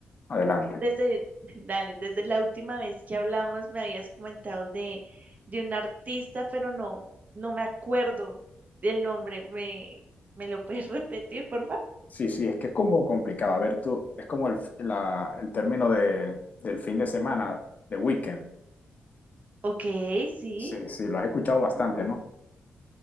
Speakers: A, on the left; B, on the right.
A: adelante.
B: Desde, <laughs> dale, desde la última vez que hablamos me habías comentado de, de un artista, pero no, no me acuerdo del nombre. ¿Me, me lo puedes <laughs> repetir, por favor?
A: Sí, sí, es que es como complicado. A ver, tú, es como el, la- el término de, del fin de semana, de weekend.
B: Ok, sí.
A: Sí, sí, lo has escuchado bastante, ¿no?